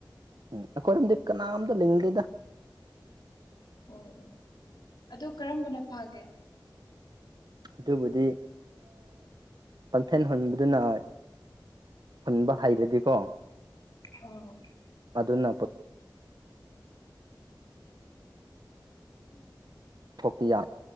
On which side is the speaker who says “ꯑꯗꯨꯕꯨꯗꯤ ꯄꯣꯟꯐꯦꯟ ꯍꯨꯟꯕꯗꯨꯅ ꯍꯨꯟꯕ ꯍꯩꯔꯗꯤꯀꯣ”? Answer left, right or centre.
Right